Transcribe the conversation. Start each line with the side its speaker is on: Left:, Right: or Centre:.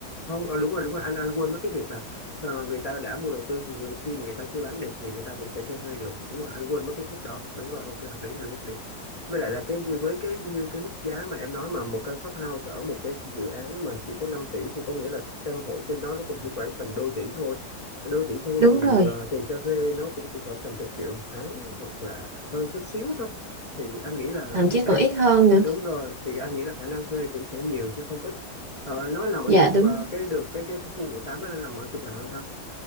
Left: Không, ờ, đúng rồi, đúng rồi. Anh anh quên mất cái việc là ờ, người ta đã mua đầu tư thì người- khi mà người ta chưa bán được thì người ta vẫn sẽ cho thuê được. Đúng rồi, anh quên mất cái khúc đó. Đúng rồi, ok, hợp lý, hợp lý, hợp lý. Với lại là cái với cái như cái mức giá mà em nói mà một căn shop house ở một cái dự án mà chỉ có năm tỷ thì có nghĩa là căn hộ trên đó nó cũng chỉ khoảng tầm đôi tỷ thôi. Đôi tỷ thôi
Right: đúng
Left: thì
Right: rồi
Left: ờ, tiền cho thuê nó cũng chỉ khoảng tầm chục triệu một tháng hoặc là hơn chút xíu thôi. Thì anh nghĩ là
Right: thậm
Left: cũng
Right: chí
Left: sẽ
Right: còn ít hơn nữa
Left: đúng rồi thì anh nghĩ là khả năng thuê cũng sẽ nhiều chứ không ít ờ, nó nằm ở
Right: dạ
Left: trục
Right: đúng
Left: ờ, cái đường cái cái khu của tám đó nó nằm ở trục nào ha